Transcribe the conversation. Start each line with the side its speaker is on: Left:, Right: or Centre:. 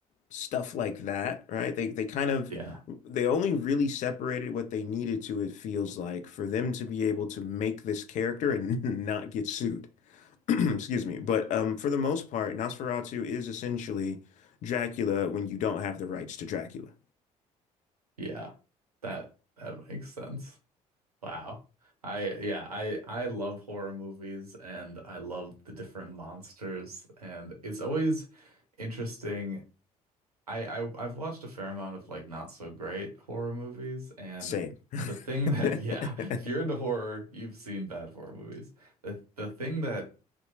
Left: stuff like that, right? They they kind of
Right: Yeah,
Left: they only really separated what they needed to, it feels like, for them to be able to make this character and <laughs> not get sued. <clears throat> Excuse me. But um, for the most part, Nosferatu is essentially Dracula when you don't have the rights to Dracula.
Right: yeah, that that makes sense. Wow. I yeah, I I love horror movies and I love the different monsters and it's always interesting I, I I've watched a fair amount of like not so great horror movies, and
Left: Same.
Right: the thing
Left: <laughs>
Right: that yeah, <laughs> if you're into horror, you've seen bad horror movies. The the thing that